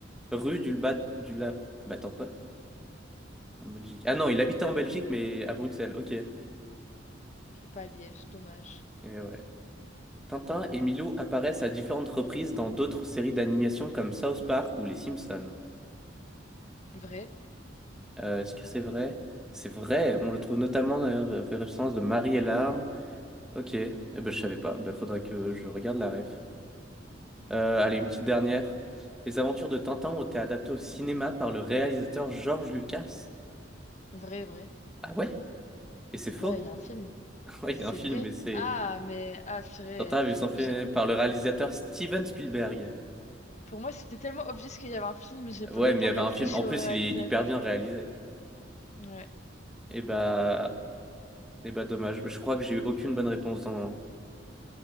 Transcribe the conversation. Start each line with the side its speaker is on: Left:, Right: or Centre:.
Centre: rue du bas du la. Bah attends quoi? En Belgique. Ah non, il habitait en Belgique, mais à Bruxelles. Ok. Et
Left: Qui est pas à Liège, dommage.
Centre: ouais. Tintin et Milou apparaissent à différentes reprises dans d'autres séries d'animation comme South Park ou Les Simpsons.
Left: Vrai,
Centre: Euh, est-ce que c'est vrai? C'est vrai, on le trouve notamment dans la référence de Marie et l'arme. Ok, eh ben, je savais pas, ben, faudrait que je regarde la ref. Euh, allez, une petite dernière. Les aventures de Tintin ont été adaptées au cinéma par le réalisateur George Lucas.
Left: vrai, vrai.
Centre: Ah ouais? Et c'est faux?
Left: Ouais, il y a un film,
Centre: <laughs> Oui,
Left: mais
Centre: il
Left: c'est
Centre: y a un film,
Left: vrai.
Centre: mais c'est...
Left: Ah, mais ah, purée.
Centre: Tintin a vu son film
Left: Je-
Centre: par le réalisateur Steven Spielberg.
Left: Pour moi, c'était tellement obvious qu'il y avait un film, mais j'ai
Centre: Euh,
Left: pas-
Centre: Ouais,
Left: même
Centre: mais
Left: pas
Centre: il y avait
Left: réfléchi
Centre: un film. En plus,
Left: au réalisateur.
Centre: il est hyper bien réalisé.
Left: Ouais.
Centre: Et bah... et bah, dommage. Je crois que j'ai eu aucune bonne réponse dans...